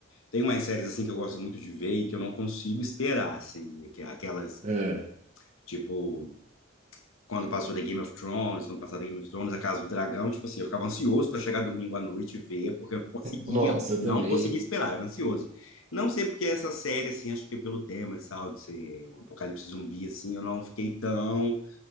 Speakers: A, on the left; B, on the right.
A: tenho umas séries, assim, que eu gosto muito de ver e que eu não consigo esperar, assim, que- aquelas,
B: É.
A: tipo, quando passou The Game of Thrones, quando passou The Game of Thrones, A Casa do Dragão, tipo assim, eu ficava ansioso para chegar domingo à noite e ver, porque eu não conseguia,
B: Nossa,
A: não
B: eu também.
A: conseguia esperar, era ansioso. Não sei porque essa série, assim, acho que pelo tema, sabe, de ser um apocalipse zumbi, assim, eu não fiquei tão